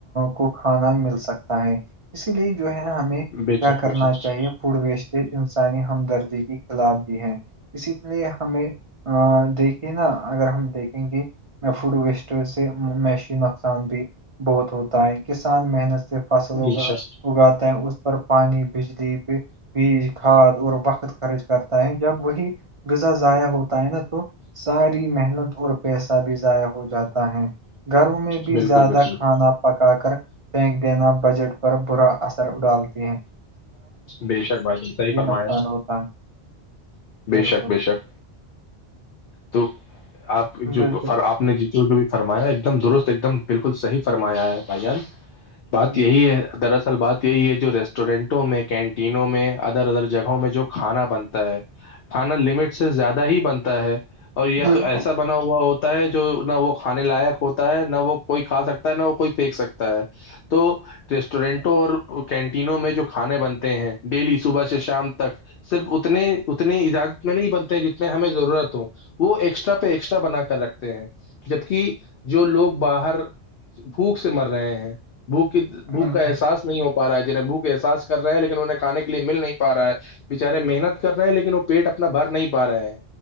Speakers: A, on the right; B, on the left.
A: کو کھانا مل سکتا ہے اسی لیے جو ہے ہمیں کیا
B: بے شک
A: کرنا
B: بے شک
A: چاہیے فوڈ ویسٹیج انسان ہمدردی کے خلاف بھی ہے اسی لیے ہمیں دیکھیے نا اگر ہم دیکھیں گے میں فوڈ ویسٹر سے میشی نقصان بھی بہت ہوتا ہے کسان محنت سے فصل اگا
B: بے شک
A: اگاتا ہے اس پر پانی بجلی بھی بیج کھاد اور وقت خرچ کرتا ہے جب وہی غذا ضائع ہوتا ہے نا تو ساری محنت اور پیسہ بھی ضائع ہو جاتا ہے گھروں میں بھی
B: بالکل
A: زیادہ
B: بالکل
A: کھانا پکا کر پھینک دینا بجٹ پر برا اثر ڈالتے ہیں
B: بے شک بھ جی صی فرمایا
A: نقصان ہوتا ہے
B: بے
A: بالکل
B: شک بے شک تو آپ
A: بالکل
B: جو فر آپ نے جتو جو فرمایا ایک دم درست ایک دم بالکل صحی فرمایا ہے بھائی جان بات
A: بالکل
B: یہی ہے دراصل بات یہی ہے جو ریسٹورینٹوں میں کینٹینوں میں ادر ادر جگہوں میں جو کھانا بنتا ہے کھانا لمٹ سے زیادہ ہی بنتا ہے اور یہ
A: بالکل
B: تو ایسا بنا ہوا ہوتا ہے جو نہ وہ کھانے لائق ہوتا ہے نہ وہ کوئی کھا سکتا ہے نہ وہ کوئی پھینک سکتا ہے تو ریسٹورینٹوں اور کینٹینوں میں جو کھانے بنتے ہیں ڈیلی صبح سے شام تک صرف اتنے اتنی اجازت میں نہیں بنتے جتنے ہمیں ضرورت ہو وہ ایکسٹرا پہ ایکسٹرا بنا کر رکھتے ہیں جبک جو لوگ باہر بھوک سے مر رہے ہیں بھوک کی بھوک
A: بالکل
B: کا احساس نہیں ہو پا رہا ہے جنہیں بھوک احساس کر لیکن انہیں کھے کے لیے مل نہیں پا رہا ہے بےچارے محنت کر رہے ہیں لیکن وہ پیٹ اپنا بھر نہیں پا رہے ہیں